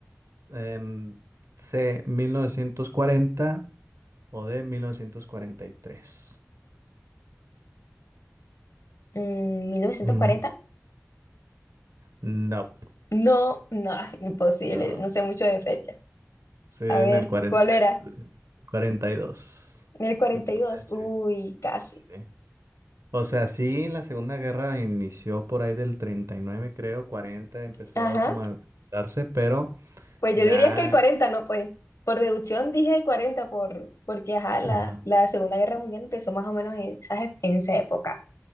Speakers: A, on the right (about 80°); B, on the left (about 70°).
A: em, C, 1940 o D, 1943.
B: Mm, 1940.
A: Mm, No,
B: No, no, <laughs> imposible.
A: No.
B: No sé mucho de fecha.
A: sí, en
B: A ver,
A: el 40,
B: ¿cuál era?
A: y- 42,
B: El 42.
A: se podría decir,
B: Uy, casi.
A: sí. O sea, sí, la Segunda Guerra inició por ahí del 39, creo, 40 empezó
B: Ajá.
A: como a darse, pero
B: Pues
A: ya...
B: yo diría que el 40, no, pues. Por deducción dije el 40 por, porque ajá, la,
A: Ajá.
B: la Segunda Guerra Mundial empezó más o menos en, esa en esa época.